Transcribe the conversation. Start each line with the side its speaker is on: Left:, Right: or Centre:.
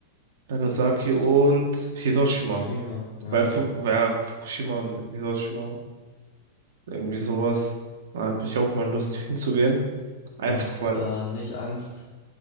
Right: Nagasaki und Hiroshima.
Left: Fukushima, ja.
Right: Weil Ja. Fu ja, Fukushima und Hiroshima, irgendwie sowas. Da habe ich auch mal Lust hinzugehen. Einfach
Left: Hast du
Right: mal.
Left: da nicht Angst